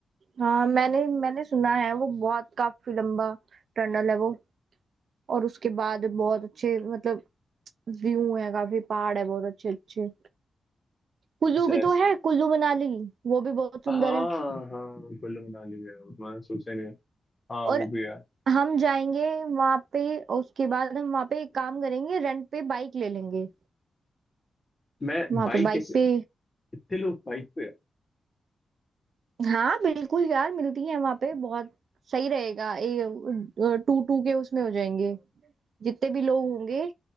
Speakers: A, on the right; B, on the left.
A: हाँ मैंने मैंने सुना है वो बहुत काफी लंबा टनल है वो और उसके बाद बहुत अच्छे मतलब व्यू है काफी पहाड़ है बहुत अच्छे अच्छे कुल्लू
B: अच्छा
A: भी
B: ऐसा
A: तो है कुल्लू मनाली वो भी बहुत सुंदर
B: हाँ
A: है
B: हाँ कुल्लू मनाली भी है उतना मैंने सोचा ही नहीं है। हाँ
A: और
B: वो भी है
A: हम जाएंगे वहां पे उसके बाद हम वहां पे एक काम करेंगे रेंट पे बाइक ले लेंगे
B: मैं
A: वहां
B: बाइक
A: पे बाइक
B: कैसे
A: पे
B: इतने लोग बाइक पे
A: हाँ बिल्कुल यार मिलती है वहां पे बहुत सही रहेगा ये टू टू के उसमें हो जाएंगे जितने भी लोग होंगे